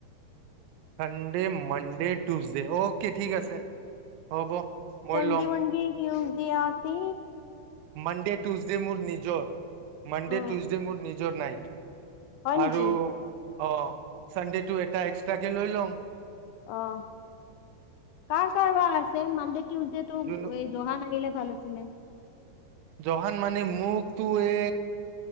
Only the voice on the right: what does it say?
চণ্ডে, মণ্ডে টুজডে অ'কে ঠিক আছে। হ'ব মই
ল'ম
মানডে টউচডে মোৰ নিজৰ মানডে
টউজডে মোৰ নিজৰ জোৰ নাইট
আৰু অহ, চানডে টো এটা এক্সট্ৰাকে লৈ লম।
যোন
জহান মানে মুকতো এ